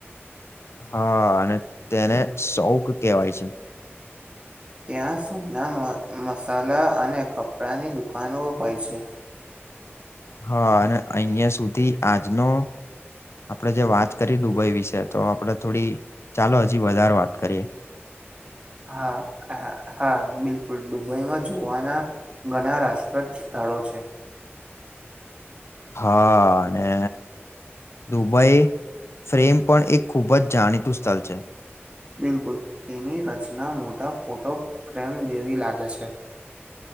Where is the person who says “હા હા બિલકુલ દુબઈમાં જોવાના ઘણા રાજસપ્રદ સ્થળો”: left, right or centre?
Right